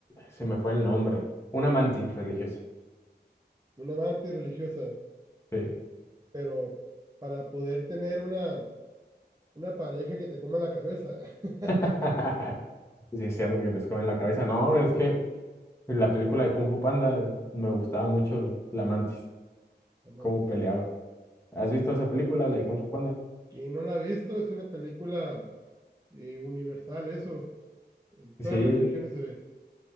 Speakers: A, on the left; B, on the right.
A: se me fue el nombre. Una mantis religiosa.
B: Una amante religiosa,
A: Sí.
B: pero para poder tener una Una pareja que te coma la cabeza. <laughs>
A: <laughs> Sí, es cierto que les comen la cabeza. No, es que en la película de Kung Fu Panda me gustaba mucho la mantis,
B: Amantes.
A: cómo peleaba. ¿Has visto esa película, la de Kung Fu Panda?
B: Quien no la ha visto, es una película eh, universal, eso. En
A: Sí,
B: todas las religiones se ve.